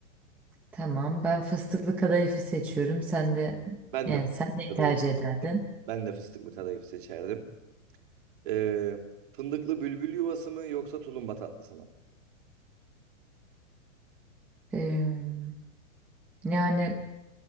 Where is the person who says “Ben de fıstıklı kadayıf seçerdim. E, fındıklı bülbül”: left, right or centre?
Right